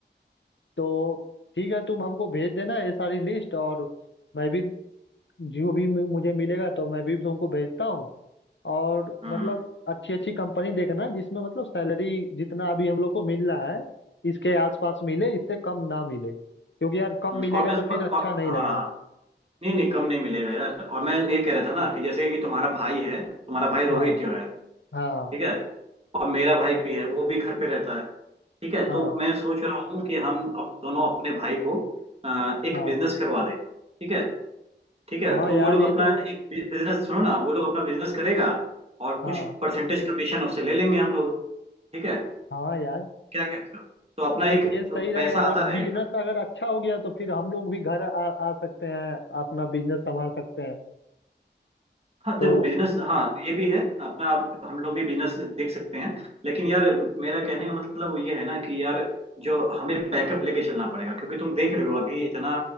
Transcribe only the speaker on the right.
हम्म,
हम्म।
और मैं
इस
पर-
और,
हाँ
नहीं नहीं कम नहीं मिलेगा यार और मैं ये कह रहा था ना कि जैसे कि तुम्हारा भाई है तुम्हारा भाई रोहित
जो है
ठीक है और मेरा भाई भी है वो भी घर पे रहता है ठीक है
तो मैं सोच रहा हूँ कि हम अप, दोनों अपने भाई को अ, एक
बिजनेस करवा दें ठीक है ठीक है
तो
वो लोग
अपना
एक बिजनेस सुनो ना वो लोग अपना बिजनेस करेगा और
कुछ परसेंटेज कमीशन उससे ले लेंगे हम लोग ठीक है
क्या कहते हो तो अपना
एक
पैसा आता
रहेगा
हाँ
देखो बिजनेस हाँ ये भी है अपना आप हम लोग भी बिजनेस देख सकते हैं लेकिन यार मेरा कहने का मतलब वो ये है ना कि यार जो हमें बैकअप लेके चलना पड़ेगा क्योंकि तुम देख रहे हो अभी इतना